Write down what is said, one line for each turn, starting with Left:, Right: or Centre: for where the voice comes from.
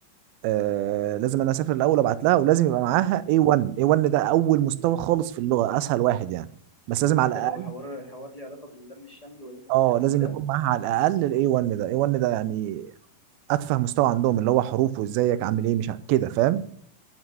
Right: آه لازم انا اسافر الاول ابعت لها ولازم يبقى معاها A1 A1 ده اول مستوى خالص في اللغه اسهل واحد يعني بس لازم
Left: حتى
Right: على الاقل
Left: لو حوار حوار ليه علاقه باللم الشمل واللي انت بتحكي
Right: اه لازم
Left: فيه ده
Right: يكون معاها على الاقل ال A1 ده A1 ده يعني اتفه مستوى عندهم اللي هو حروف وازيك عامل ايه مش ع- كده فاهم